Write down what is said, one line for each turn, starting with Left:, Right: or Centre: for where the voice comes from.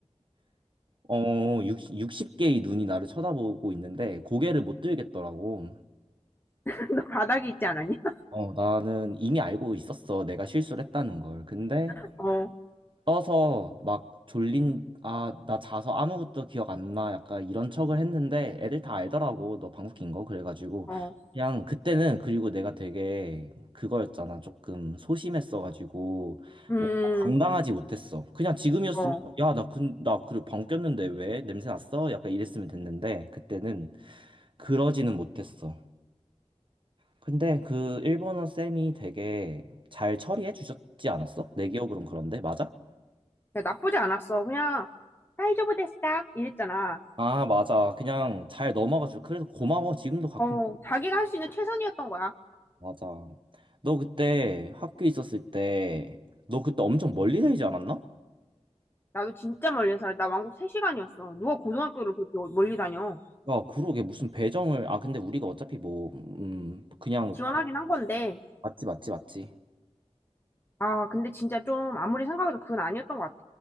Right: 어, 60, 개의 눈이 나를 쳐다보고 있는데 고개를 못 들겠더라고.
Left: <laughs> 너 바닥이 있지 않았니?
Right: 어, 나는 이미 알고 있었어. 내가 실수를 했다는 걸. 근데
Left: <laughs> 어,
Right: 떠서 막 졸린, 아, 나 자서 아무것도 기억 안 나. 약간 이런 척을 했는데 애들 다 알더라고. 너 방귀 낀 거. 그래가지고
Left: 어.
Right: 그냥 그때는 그리고 내가 되게 그거였잖아. 조금 소심했어가지고
Left: 음,
Right: 뭐 당당하지 못했어. 그냥 지금이었으면
Left: 어.
Right: 야, 나, 그, 나 그래 방귀 꼈는데 왜? 냄새 났어? 약간 이랬으면 됐는데 그때는 그러지는 못했어. 근데 그 일본어 쌤이 되게 잘 처리해 주셨지 않았어? 내 기억으론 그런데 맞아?
Left: 그래, 나쁘지 않았어. 그냥, 사이즈오브 데스다. 이랬잖아.
Right: 아 맞아. 그냥 잘 넘어가 지고 그래서 고마워. 지금도 가끔
Left: 어, 자기가 할 수 있는 최선이었던 거야.
Right: 맞아. 너 그때 학교 있었을 때 너 그때 엄청 멀리 살지 않았나?
Left: 나도 진짜 멀리 살아. 나 왕복 3시간이었어. 누가 고등학교를 그렇게 멀리 다녀.
Right: 야 그러게 무슨 배정을 아 근데 우리가 어차피 뭐 음 그냥
Left: 지원하긴 한 건데.
Right: 맞지 맞지 맞지.
Left: 아, 근데 진짜 좀, 아무리 생각해도 그건 아니었던 것 같아.